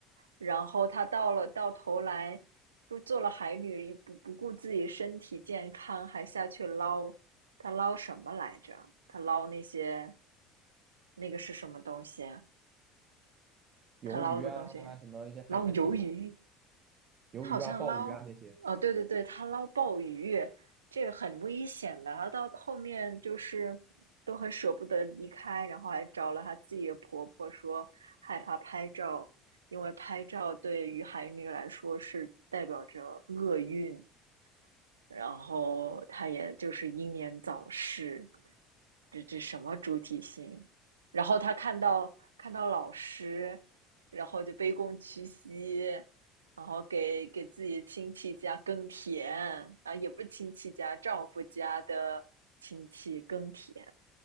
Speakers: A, on the right; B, on the right.
A: 然后她到了到头来，说做了海女不不顾自己身体健康，还下去捞，她捞什么来着？她捞那些那个是什么东西啊？
B: 鱿鱼啊，
A: 她捞的东西，
B: 什么一些海产品嘛，
A: 捞鱿鱼，
B: 鱿鱼啊、
A: 他好像捞，
B: 鲍鱼啊那些。
A: 哦，对对对，他捞鲍鱼，这个很危险的。他到后面就是都很舍不得离开，然后还找了他自己的婆婆说害怕拍照，因为拍照对于海女来说是代表着厄运。然后他也就是英年早逝，这这什么主体性？然后他看到看到老师，然后就卑躬屈膝，然后给给自己亲戚家耕田啊，也不是亲戚家，丈夫家的亲戚耕田，